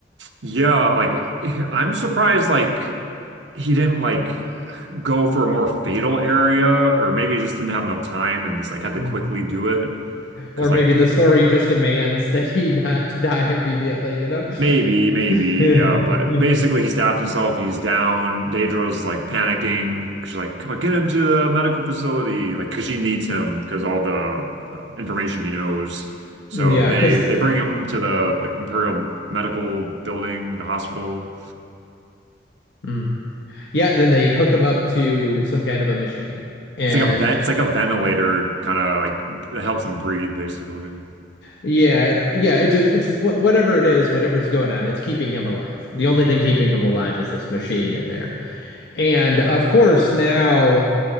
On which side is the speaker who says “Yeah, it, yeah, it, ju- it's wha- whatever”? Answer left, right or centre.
Left